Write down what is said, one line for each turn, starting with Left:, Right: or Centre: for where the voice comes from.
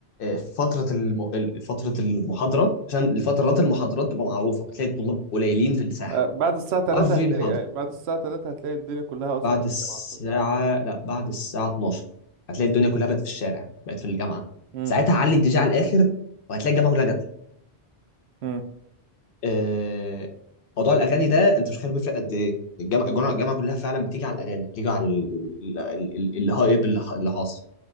Left: فترة الم... ال- فترة المحاضرة عشان الفترات المحاضرات تبقى معروفة بتلاقي الطلاب قليلين في الساحة
Right: آه، بعد الساعة 3
Left: في
Right: هتلاقي
Left: محاضرة
Right: آه، بعد الساعة 3 هتلاقي الدنيا كلها أصلا
Left: بعد
Right: في
Left: الساعة
Right: الجامعة بتاعتك.
Left: لا بعد الساعة 12 هتلاقي الدنيا كلها بقت في الشارع بقت في الجامعة
Right: مم.
Left: ساعتها علي الدي جي على الآخر وهتلاقي الجامعة كلها جت لك.
Right: مم.
Left: آه، موضوع الأغاني ده أنت مش خير بيفرق قد إيه الجامعة الجامعة الجامعة كلها فعلا بتيجي على الأغاني بتيجي على ال- ال- ال- الهايب اللي ح- اللي حاصل